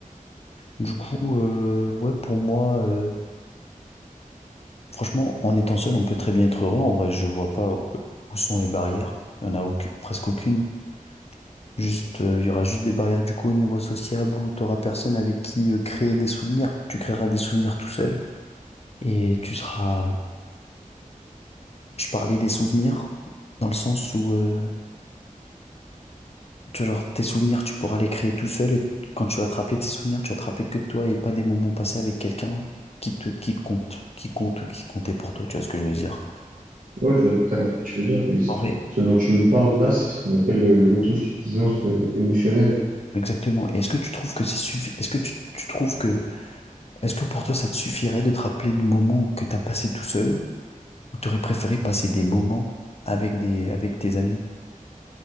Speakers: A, on the left; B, on the right.
A: Du coup, euh, ouais, pour moi, euh, franchement, en étant seul, on peut très bien être heureux. En vrai, je vois pas où, où sont les barrières. Il y en a aucune- presque aucune. Juste, euh, il y aura juste des barrières du coup au niveau sociable où tu personne avec qui euh, créer des souvenirs. Tu créeras des souvenirs tout seul. Et tu seras... Je parlais des souvenirs dans le sens où, euh, tu vois, genre, tes souvenirs, tu pourras les créer tout seul. Et quand tu vas te rappeler de tes souvenirs, tu vas te rappeler que de toi et pas des moments passés avec quelqu'un qui te, qui compte, qui compte ou qui comptait pour toi. Tu vois ce que je veux dire?
B: Oui, je vois totalement ce que tu veux dire, mais
A: En vrai,
B: ce dont tu me parles là, c'est ce qu'on appelle euh, l'autosuffisance euh, émotionnelle.
A: exactement. Et est-ce que tu trouves que c'est suffi- Est-ce que tu, tu trouves que... Est-ce que pour toi, ça te suffirait de te rappeler de moments que tu as passé tout seul? Ou t'aurais préféré passer des moments avec des, avec tes amis?